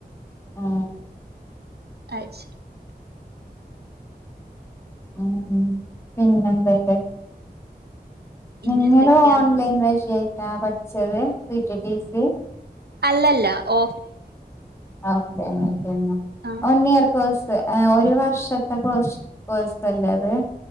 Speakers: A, on the left; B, on the right.
A: ആ
B: അയ് ശരി
A: ഉം പിന്നെ എന്തല്ല
B: പിന്നെ
A: നിങ്ങള്
B: എന്തൊക്കെയാന്ന്
A: ഓൺലൈൻ വഴിയായിട്ടാ പഠിച്ചത് പി ടി ടി സി
B: അല്ലല്ല ഓ
A: ഓഫ് ലൈനായിട്ടന്നെ
B: ആ
A: വൺ ഇയർ കോഴ്സ് പ് ആ ഒരു വർഷത്തെ കോഴ്ഷ് കോഴ്സല്ലേ അത്